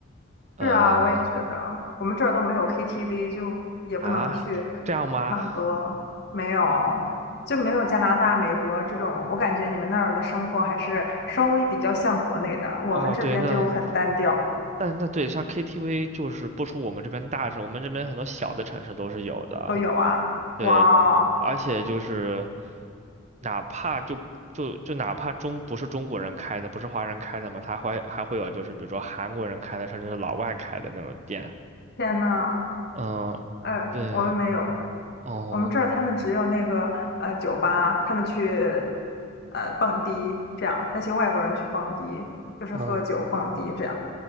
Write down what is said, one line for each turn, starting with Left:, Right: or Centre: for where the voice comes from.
Right: 呃
Left: 是啊，我也觉得，我们这儿都没有 KTV，就也不能去
Right: 啊，这样吗？
Left: 唱歌，没有，就没有加拿大、美国这种。我感觉你们那儿的生活还是稍微比较像国内的，
Right: 哦，
Left: 我们这边就很单调。
Right: 对，那但那对，像 KTV 就是不出我们这边大城，我们这边很多小的城市都是有的。
Left: 都有啊，
Right: 对，
Left: 哇哦
Right: 而且就是哪怕就就就哪怕中不是中国人开的，不是华人开的嘛，他会还会有就是比如说韩国人开的，甚至是老外开的那种店。
Left: 天呐，
Right: 嗯、
Left: 呃，
Right: 对，
Left: 我们没有，
Right: 哦
Left: 我们这儿他们只有那个呃酒吧，他们去呃蹦迪这样，那些外国人去蹦迪，就是喝酒蹦迪这样，
Right: 哦，